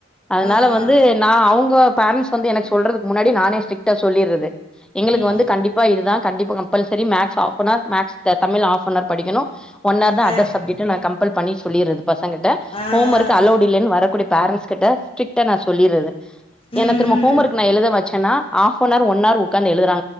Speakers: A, in the centre; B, on the left.
A: அதனால
B: ஆ
A: வந்து
B: ஆ
A: நா அவங்க பேரன்ட்ஸ் வந்து எனக்கு சொல்றதுக்கு முன்னாடி நானே ஸ்ட்ரிக்ட்டா சொல்லிட்றது எங்களுக்கு
B: ம்
A: வந்து கண்டிப் பா இதுதா கண்டிப்பா compulsory maths half an hour maths Tamil half an hour படிக்கணு ஒன்னார்தா
B: ஆ
A: அதர்
B: ஆ
A: சப்ஜெக்ட்னு நா கம்பல் பண்ணி சொல்லிட்றது பசங்கள்ட்ட
B: ஆ
A: ஹோம்
B: ஆ
A: ஒர்க் அல்லோடு இல்லனு வரக்கூடிய பேரண்ட்ஸ் கிட்ட ஸ்ட்ரிக்ட்டா நா சொல்லிட்றது
B: ம்
A: ஏன்னா திரும்ப
B: ம்
A: ஹோம்
B: ம்
A: ஒர்க் நா எழுத வச்சன்னா ஹாஃப்பனார் ஒன்னார் உக்காந்து எழுதுறாங்